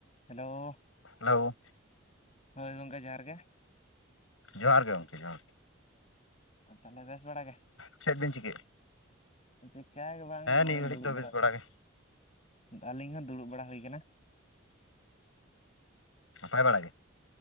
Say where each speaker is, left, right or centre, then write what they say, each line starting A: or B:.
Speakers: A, on the left; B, on the left.
A: Hello
B: hello
A: ᱦᱳᱭ ᱜᱚᱝᱠᱮ ᱡᱚᱦᱟᱨ ᱜᱮ,
B: ᱡᱚᱦᱟᱨ ᱜᱮ ᱜᱚᱢᱠᱮ ᱡᱚᱦᱟᱨ
A: ᱟ ᱛᱟᱦᱚᱞᱮ ᱵᱮᱥ ᱵᱟᱲᱟᱜᱮ,
B: ᱪᱮᱜ ᱵᱮᱱ ᱪᱤᱠᱟᱹ ᱮᱜ
A: ᱪᱤᱠᱟ ᱜᱮ ᱵᱟᱝ ᱱᱚᱜᱼᱚᱭ
B: ᱱᱤᱭᱟᱹ ᱜᱷᱟᱹᱲᱤᱡ
A: ᱫᱩᱲᱩᱵ
B: ᱫᱚ
A: ᱵᱟᱲᱟ
B: ᱵᱮᱥ ᱜᱮ
A: ᱟᱹᱞᱤᱧ ᱦᱚᱸ ᱫᱩᱲᱩᱵ ᱵᱟᱲᱟ ᱦᱩᱭ ᱠᱟᱱᱟ᱾
B: ᱱᱟᱯᱟᱭ ᱵᱟᱲᱟ ᱜᱮ?